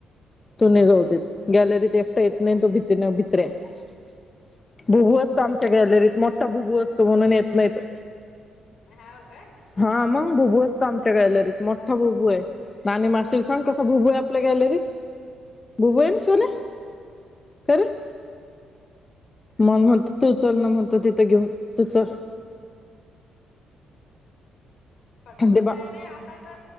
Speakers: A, on the left; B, on the left.
A: तो नाही जाऊदेत. गॅलरीत एकटा येत नाही. तो भितीनं भितऱ्या -- भुबू असतो आमच्या गॅलरीत मोठा भुबू असतो म्हणून येत नाही तो.
B: हाव का
A: हा मंग भुबू असत आमच्या गॅलरीत मो ठा भुबू हाय. नाणी माशीला सांग कसा भुबू हाय आपल्या गॅलरीत. भुबु हायन सोन्या. खरं. मम्हणत तू चल ना म्हणतो तिथं घेऊन तू चल.
B: पट्टू
A: ते बा
B: सायले आता तर,